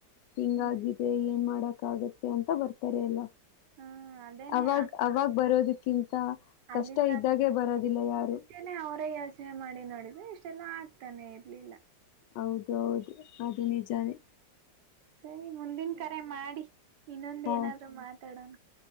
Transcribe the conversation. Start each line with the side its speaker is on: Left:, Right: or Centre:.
Left: ಹಿಂಗಾಗಿದೆ
Right: ಹ್ಮ್
Left: ಏನ್ ಮಾಡಕ್ ಆಗತ್ತೆ ಅಂತ ಬರ್ತಾರೆ ಎಲ್ಲ
Right: ಹಾ ಅದೇನೇ
Left: ಅವಾಗ್ ಅವಾಗ ಬರೋದಕ್ಕಿಂತ ಕಷ್ಟ
Right: ಅಲ್ಲಿ ತನ್
Left: ಇದ್ದಾಗೆ ಬರೋದಿಲ್ಲ ಯಾರು
Right: ಮುಂಚೆನೆ ಅವರೇ ಯೋಚನೆ ಮಾಡಿ ನೋಡಿದ್ರೆ ಇಷ್ಟೆಲ್ಲ ಆಗ್ತಾನೆ ಇರ್ಲಿಲ್ಲ
Left: ಹೌದ ಹೌದು ಅದು ನಿಜಾನೇ
Right: ಸರಿ ಮುಂದಿನ ಕರೆ ಮಾಡಿ ಇನ್ನೊಂದ
Left: ಹಾ
Right: ಏನಾದ್ರು ಮಾತಾಡೋಣ